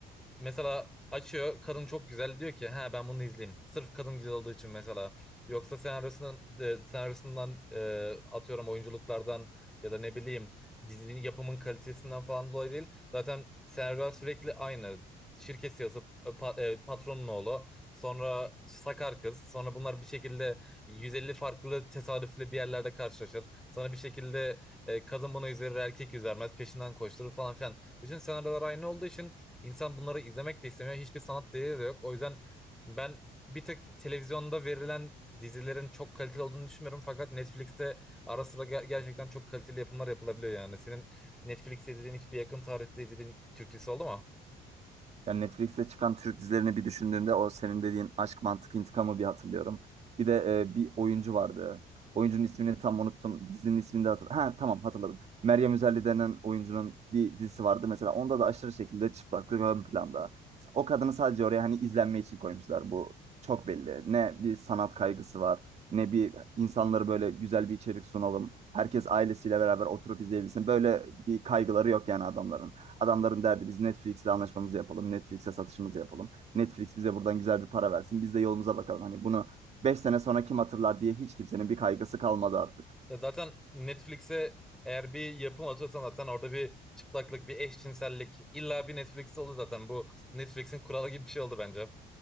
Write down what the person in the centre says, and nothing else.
mesela açıyor kadın çok güzel diyor ki ha ben bunu izleyeyim. Sırf kadın güzel olduğu için mesela. Yoksa senaryosunun e, senaryosundan e, atıyorum oyunculuklardan ya da ne bileyim dizinin yapımın kalitesinden falan dolayı değil. Zaten senaryolar sürekli aynı. Şirkesi yazıp e, pa- e, patronun oğlu sonra sakar kız sonra bunlar bir şekilde 150 farklı tesadüfle bir yerlerde karşılaşır. Sonra bir şekilde e, kadın bunu üzerir erkek üzermez peşinden koşturur falan filan. Bütün senaryolar aynı olduğu için İnsan bunları izlemek de istemiyor. Hiçbir sanat değeri de yok. O yüzden ben bir tık televizyonda verilen dizilerin çok kaliteli olduğunu düşünmüyorum. Fakat Netflix'te ara sıra ger- gerçekten çok kaliteli yapımlar yapılabiliyor yani. Senin Netflix'te izlediğin hiçbir yakın tarihte izlediğin Türk dizisi oldu mu?
Ya zaten Netflix'e eğer bir yapım atıyorsan zaten orada bir çıplaklık, bir eşcinsellik illa bir Netflix'te olur zaten. Bu Netflix'in kuralı gibi bir şey oldu bence.